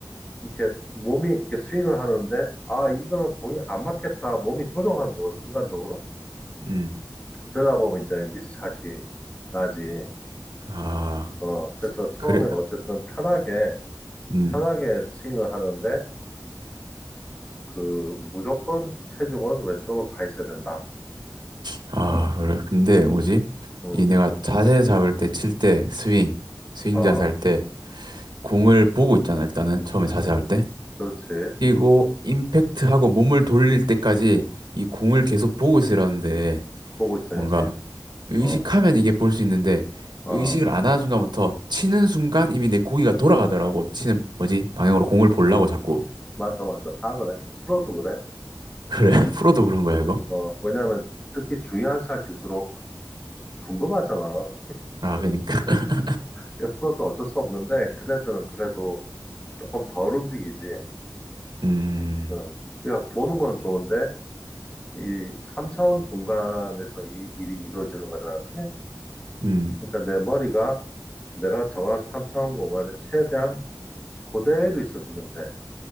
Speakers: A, on the left; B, on the right.
A: 이렇게 몸이 이렇게 스윙을 하는데 아, 이거는 공이 안 맞겠다. 몸이 조정하는 거거든, 순간적으로.
B: 음,
A: 그러다 보면 이제 미스샷이 나지.
B: 아,
A: 어, 그래서 처음엔
B: 그래,
A: 어쨌든 편하게
B: 음,
A: 편하게 스윙을 하는데 그 무조건 체중은 왼쪽으로 가 있어야 된다.
B: 아,
A: 어,
B: 그래. 근데 뭐지?
A: 응,
B: 이 내가 자세 잡을 때, 칠 때, 스윙, 스윙
A: 어,
B: 자세 할 때, 공을 보고 있잖아, 일단은. 처음에 자세 할 때.
A: 그렇지.
B: 그리고 임팩트하고 몸을 돌릴 때까지 이 공을 계속 보고 있으라는데
A: 보고 있어야지.
B: 뭔가 의식하면
A: 어,
B: 이게 볼 수 있는데
A: 어,
B: 의식을 안 하는 순간부터 치는 순간 이미 내 고기가 돌아가더라고. 치는 뭐지? 방향으로 공을 보려고 자꾸.
A: 맞아, 맞아. 다 그래. 프로도 그래.
B: 그래, <laughs> 프로도 그런 거야, 이거?
A: 어, 왜냐면 특히 중요한 샷일수록 궁금하잖아.
B: 아, 그러니까. <laughs>
A: 그러니까 프로도 어쩔 수 없는데, 그네들은 그래도 조금 덜 움직이지.
B: 음,
A: 응. 그러니까 보는 건 좋은데, 이 3차원 공간에서 이 일이 이루어지는 거잖아. 그치?
B: 음.
A: 그러니까 내 머리가 내가 정한 3차원 공간에 최대한 그대로 있어주면 돼.